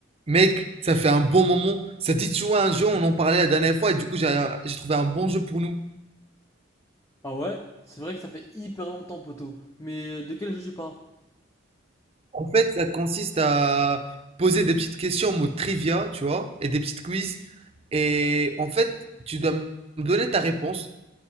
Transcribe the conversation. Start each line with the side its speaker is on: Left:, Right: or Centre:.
Right: Mec, ça fait un bon moment. Ça dit de jouer à un jeu, on en parlait la dernière fois, et du coup, j'ai j'ai trouvé un bon jeu pour nous.
Left: Ah ouais? C'est vrai que ça fait hyper longtemps, poto. Mais euh, de quel jeu tu parles?
Right: En fait, ça consiste à poser des petites questions en mode trivia, tu vois, et des petites quiz. Et en fait, tu dois me donner ta réponse.